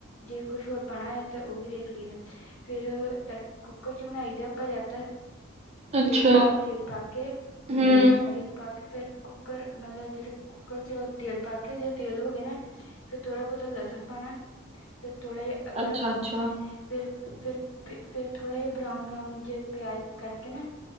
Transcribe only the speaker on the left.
ਜੇ ਕੁਝ ਹੋਰ ਪਣਾ ਹੋ ਤੇ ਉਹ ਵੀ ਦੇਖ ਲਈਦਾ ਫੇਰ ਤੜ ਕੁੱਕਰ ਚ ਬਣਾਈ ਦੇ ਆਪਾਂ ਜ਼ਿਆਤਰ
ਤੇ ਪਹਿਲਾਂ ਤੇਲ ਪਾ ਕੇ
ਤੇਲ ਪਾ ਕੇ ਫੇਰ ਕੁੱਕਰ ਮਤਲਬ ਜਿਹੜੇ ਕੁੱਕਰ ਚ ਤੇਲ ਪਾ ਕੇ ਜ ਤੇਲ ਹੋ ਗ ਨਾ ਫੇਰ ਥੋੜਾ ਬਹੁਤਾ ਲਸਣ ਪਾਣਾ ਫੇਿਰ ਥੋੜਾ ਜਿਹਾ ਅਦਰਕ
ਫਿਰ ਫਿਰ ਫਿਰ ਥੋੜਾ ਜਿਹਾ ਬਰਾਊਨ ਬਰਾਊਨ ਜੇ ਪਿਆਜ ਕਰਕੇ ਨਾ